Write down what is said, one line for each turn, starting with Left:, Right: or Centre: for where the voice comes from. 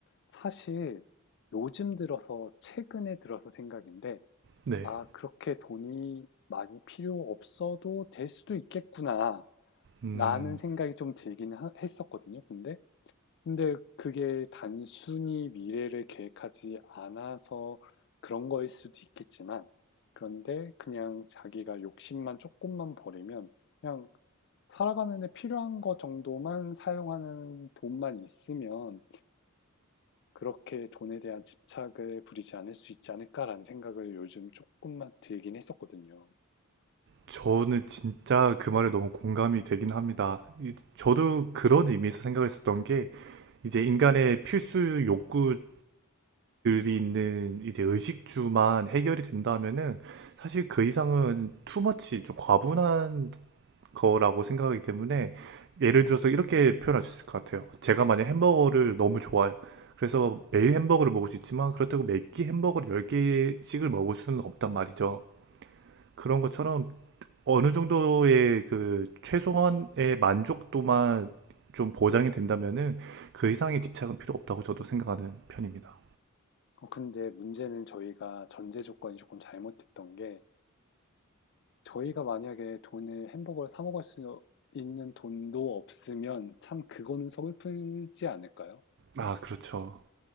Left: 사실 요즘 들어서 최근에 들어서 생각인데
Right: 네.
Left: 아 그렇게 돈이 많이 필요 없어도 될 수도 있겠구나
Right: 음,
Left: 라는 생각이 좀 들긴 하- 했었거든요. 근데 근데 그게 단순히 미래를 계획하지 않아서 그런 거일 수도 있겠지만, 그런데 그냥 자기가 욕심만 조금만 버리면, 그냥 살아가는 데 필요한 거 정도만 사용하는 돈만 있으면, 그렇게 돈에 대한 집착을 부리지 않을 수 있지 않을까라는 생각을 요즘 조금만 들긴 했었거든요.
Right: 저는 진짜 그 말에 너무 공감이 되긴 합니다. 이- 저도 그런 의미에서 생각을 했었던 게 이제 인간의 필수 욕구들이 있는 이제 의식주만 해결이 된다면은 사실 그 이상은 투머치, 좀 과분한 거라고 생각하기 때문에 예를 들어서 이렇게 표현할 수 있을 것 같아요. 제가 만약 햄버거를 너무 좋아해요. 그래서 매일 햄버거를 먹을 수 있지만 그렇다고 매끼 햄버거를 10개씩을 먹을 수는 없단 말이죠. 그런 것처럼 어느 정도의 그 최소한의 만족도만 좀 보장이 된다면은 그 이상의 집착은 필요 없다고 저도 생각하는 편입니다.
Left: 어, 근데 문제는 저희가 전제 조건이 조금 잘못됐던 게, 저희가 만약에 돈을 햄버거를 사 먹을 수 있는 돈도 없으면 참 그거는 서글프지 않을까요?
Right: 아, 그렇죠.